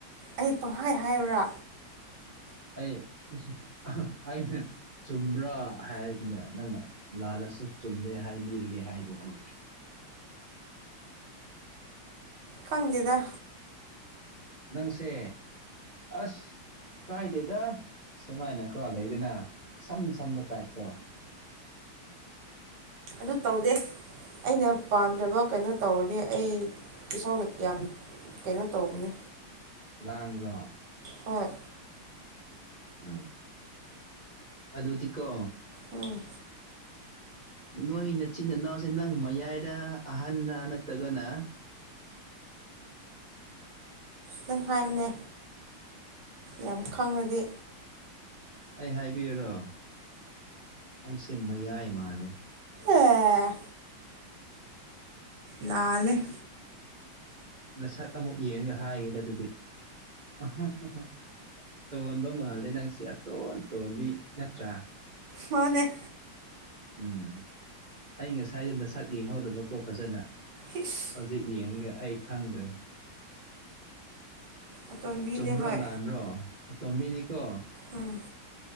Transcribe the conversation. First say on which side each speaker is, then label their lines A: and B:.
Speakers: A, on the right; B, on the right.
A: ꯑꯩ ꯄꯪꯍꯥꯏ ꯍꯥꯏꯕ꯭ꯔꯥ
B: ꯑꯩ <unintelligible> ꯑꯩꯅꯦ ꯆꯨꯝꯕ꯭ꯔꯥ ꯍꯥꯏꯗꯅ ꯅꯪꯅ ꯂꯥꯜꯂꯁꯨ ꯆꯨꯝꯃꯦ ꯍꯥꯏꯕꯤꯔꯤꯒꯦ ꯍꯥꯏꯗꯨꯗꯤ
A: ꯈꯪꯗꯦꯗ
B: ꯅꯪꯁꯦ ꯑꯁ ꯀꯥꯏꯗꯦꯗ ꯁꯨꯃꯥꯏꯅꯀꯣ ꯂꯩꯗꯅ ꯁꯝ ꯁꯝꯕ ꯇꯥꯏꯞꯇꯣ
A: ꯑꯗꯨ ꯇꯧꯗꯦ ꯑꯩꯅ ꯄꯥꯝꯗ꯭ꯔꯕ ꯀꯩꯅꯣ ꯇꯧꯔꯗꯤ ꯑꯩ ꯏꯁꯧ ꯌꯥꯝ ꯀꯩꯅꯣ ꯇꯧꯕꯅꯦ
B: ꯂꯥꯡꯕꯔꯣ
A: ꯍꯣꯏ
B: ꯎꯝ ꯑꯗꯨꯗꯤ ꯀꯣ
A: ꯑꯣꯝ
B: ꯅꯣꯏ ꯅꯆꯤꯟ ꯏꯅꯥꯎꯁꯦ ꯅꯪ ꯃꯌꯥꯏꯔ ꯑꯍꯟꯔ ꯅꯠꯇ꯭ꯔꯒꯅ
A: ꯅꯪ ꯍꯥꯏꯌꯣꯅꯦ ꯌꯥꯝ ꯈꯪꯉꯗꯤ
B: ꯑꯩ ꯍꯥꯏꯕꯤꯌꯨꯔꯣ ꯅꯪꯁꯦ ꯃꯌꯥꯏ ꯃꯥꯜꯂꯦ
A: ꯑꯦ ꯂꯥꯜꯂ‌ꯦ
B: ꯅꯁꯛ ꯑꯃꯨꯛ ꯌꯦꯡꯉꯒ ꯍꯥꯏꯒꯦꯗ ꯑꯗꯨꯗꯤ <unintelligible> ꯑꯇꯣꯟꯕ ꯃꯥꯜꯂꯦ ꯅꯪꯁꯦ ꯑꯇꯣꯟ ꯇꯣꯟꯕꯤ ꯅꯠꯇ꯭ꯔꯥ
A: ꯃꯥꯅꯦ
B: ꯎꯝ ꯑꯩ ꯉꯁꯥꯏꯗ ꯅꯁꯛ ꯌꯦꯡꯍꯧꯗꯕꯀꯣ ꯐꯖꯅ
A: ꯏꯁ
B: ꯍꯧꯖꯤꯛ ꯌꯦꯡꯉꯒꯦ ꯑꯩ ꯈꯪꯈ꯭ꯔꯦ
A: ꯑꯇꯣꯟꯕꯤꯅꯦ
B: ꯆꯨꯝꯕ꯭ꯔꯣ
A: ꯍꯣꯏ
B: ꯂꯥꯟꯕ꯭ꯔꯣ ꯑꯇꯣꯝꯕꯤꯅꯤꯀꯣ
A: ꯎꯝ